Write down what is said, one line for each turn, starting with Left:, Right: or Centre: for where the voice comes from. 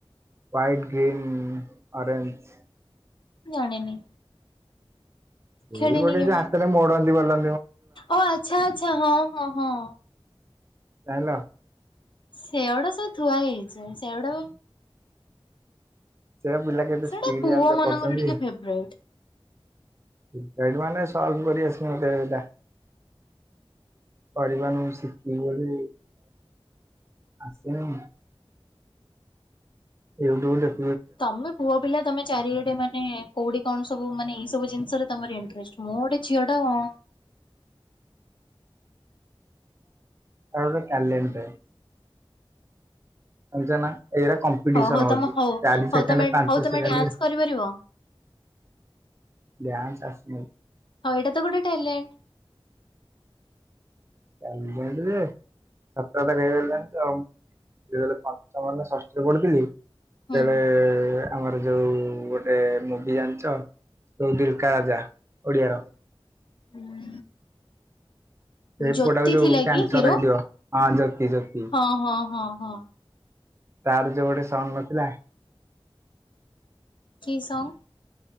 Right: ହ୍ୱାଇଟ୍, ଗ୍ରୀନ୍, ଅରେଞ୍ଜ
Left: ଜାଣିନି ଖେଳିନି
Right: ଏଇ ଗୋଟେ
Left: କେବେ।
Right: ହାତରେ ମୋଡନ୍ତି ଗଲ
Left: ଓ ଆଚ୍ଛା! ଆଚ୍ଛା! ହଁ, ହଁ, ହଁ।
Right: ଜାଣିଲ
Left: ସେଓଡା ସବୁ ଥୁଆ ହେଇଛି ସେଓଡା
Right: ସେରା ପିଲା କେ କେତେ
Left: ସେଗୁଡା
Right: ସ୍ପିଡ
Left: ପୁଅ
Right: ଜାଣିଛ
Left: ମାନଙ୍କର
Right: କରୁଛନ୍ତି?
Left: ଟିକେ ଫେବରାଇଟ।
Right: ଏଇଟୁ ମାନେ ସଲଭ କରି ଆସେ ମତେ ଏଟା କରିବାନୁ ଶିଖିଲି ବୋଲି ଆସନ ଏଇଠୁ ଗୋଟେ
Left: ତମେ ପୁଅ ପିଲା ତମେ ଚାରିଆଡେ ମାନେ କୋଉଠି କଣ ସବୁ ମାନେ ଏଇ ସବୁ ଜିନି ଷରେ ତମରି ଇଣ୍ଟରେଷ୍ଟ ମୋର ଝିଅ ଟା କଣ?
Right: ମୋର ତାଲେଣ୍ଟ ପାଇଁ। ଜାଣିଚ ନା ଏଇରା କମ୍ପିଟିସନ
Left: ହଉ ହଉ
Right: ହଉଛି
Left: ତମ ହଉ
Right: ଚାରି
Left: ହଉ
Right: ସେକେଣ୍ଡ,
Left: ତମେ
Right: ପାଞ୍ଚ
Left: ହଉ ତମେ
Right: ସେକେଣ୍ଡ
Left: ଡ୍ୟାନ୍ସ କରିପାରିବ।
Right: ଡାନ୍ସ ଆସି
Left: ହଉ ଏଇଟା ତ ଗୋଟେ ଟାଲେନ୍ଟେ
Right: ଚାଲିଛନ୍ତି ଯେ ସାତ ଯେତେବେଳେ ପାଞ୍ଚମ ନା ଷଷ୍ଠରେ ପଢ଼ୁଥିଲି ସେତେବେଳେ
Left: ହୁଁ।
Right: ଆମର ଯୋଉ ଗୋଟେ ମୁଭି ଜାଣିଚ? ଯୋଉ ଦିଲକା ରାଜା ଓଡିଆର।
Left: ଉହୁଁ
Right: ସେ
Left: ଜ୍ୟୋତି
Right: ପୁଅଟାକୁ ଯୋଉ
Left: ଥିଲା
Right: କ୍ୟାନସର
Left: କି ହିରୋ?
Right: ହେଇଥିବ ହଁ ଜ୍ୟୋତି ଜ୍ୟୋତି
Left: ହଁ, ହଁ, ହଁ, ହଁ।
Right: ତାର ଯୋଉ ଗୋଟେ ସଙ୍ଗ ନଥିଲା?
Left: କି ସଙ୍ଗ?